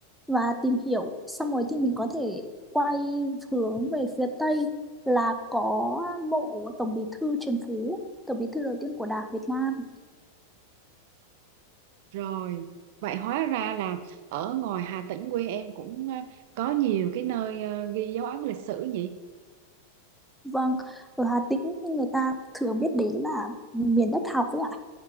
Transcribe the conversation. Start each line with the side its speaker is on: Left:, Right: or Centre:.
Centre: và tìm hiểu. Xong rồi thì mình có thể quay hướng về phía Tây là có mộ Tổng Bí thư Trần Phú, Tổng Bí thư đầu tiên của Đảng Việt Nam.
Right: Rồi, vậy hóa ra là ở ngoài Hà Tĩnh quê em cũng ờ, có nhiều cái nơi ờ, ghi dấu ấn lịch sử nhỉ?
Centre: Vâng, ở Hà Tĩnh người ta thường biết đến là miền đất học ấy ạ.